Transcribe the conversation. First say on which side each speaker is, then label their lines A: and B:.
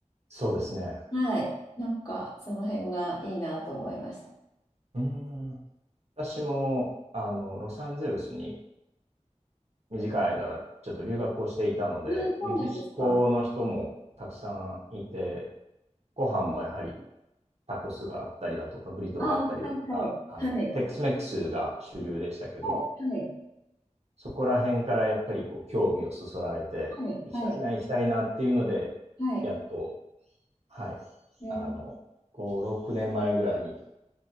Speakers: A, on the right; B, on the left.
A: そうですね。
B: はい。なんか、その辺がいいなと思いました。
A: うーん。私も、あの、ロサンゼルスに短い間、ちょっと留学をしていたので、
B: ああ、そうなんですか。
A: メキシコの人もたくさんいて、ご飯もやはりタコスがあったりだとか、ブリトーがあったりだとか、
B: ああ、はいはい。
A: あの、
B: はい。
A: テックスメックスが主流でしたけど、
B: はい。はい。
A: そこら辺からやっぱりこう興味をそそられて、
B: はい。
A: 行きたいな、
B: はい。
A: 行きたいなっていうので、
B: はい。
A: やっと、はい、
B: えー
A: あの、5、6年前ぐらいに